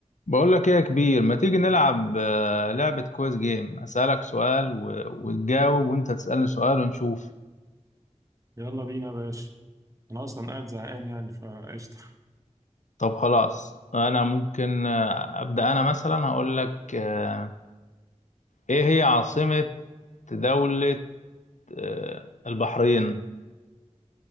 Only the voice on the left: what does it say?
بقول لك ايه يا كبير ما تيجي نلعب آه، لعبة كويس جيم اسألك سؤال و... وتجاوب وانت تسألني سؤال ونشوف
طب خلاص انا ممكن آه، ابدأ انا مثلا هقول لك آه، ايه هي عاصمة دولة آه، البحرين